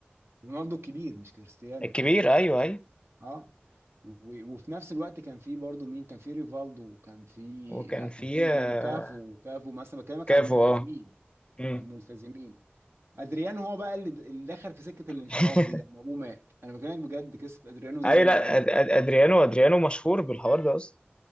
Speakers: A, on the right; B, on the left.
A: رونالدو الكبير مش كريستيانو
B: الكبير ايوه ايوه
A: اه و- وفي نفس الوقت كان في برضه مين كان في ريفالدو وكان في
B: وكان
A: لا
B: في
A: كان في نجوم
B: آه،
A: وكافو كافو مثلا بكلمك
B: كافو
A: عن الملتزمين
B: اه مم.
A: عن الملتزمين ادريانو هو بقى اللي اللي دخل في سكه
B: <laughs>
A: الانحراف دي لما ابوه مات انا بكلمك بجد قصه ادريانو دي
B: ايوه
A: غريبه
B: لا
A: قوي
B: أد- أد- ادريانو ادريانو مشهور بالحوار ده اصلا